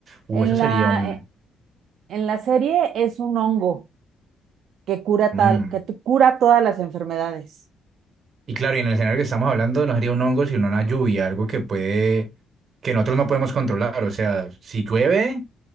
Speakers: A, on the right (about 50°); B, on the right (about 75°).
A: Uh,
B: En
A: eso sería
B: la,
A: un...
B: eh, en la serie es un hongo que cura
A: mm.
B: tal, que tu- cura todas las enfermedades.
A: Y claro, y en el escenario que estamos hablando no sería un hongo, sino una lluvia, algo que puede, que nosotros no podemos controlar. O sea, si llueve,